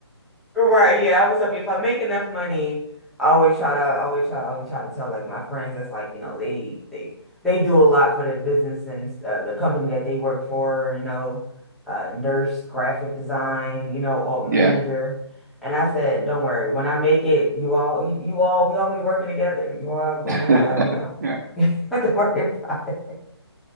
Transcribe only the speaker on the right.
Yeah.
<laughs>
Yeah,